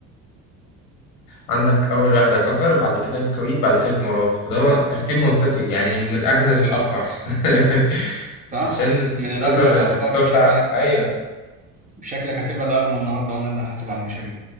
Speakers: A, on the left; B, on the right.
A: عندك أول واحدة قطر بعد كده الكويت بعد كده الإمارات وده ترتيب منطقي يعني من الأغنى للأفقر <laughs>
B: صح؟
A: عشان
B: من الأغنى
A: قطر
B: للأفقر
A: الاقتصاد
B: وشكلك
A: بتاع أيوة
B: شكلك هتبقى الأغنى النهاردة وأنا اللي هحاسب على المشاريع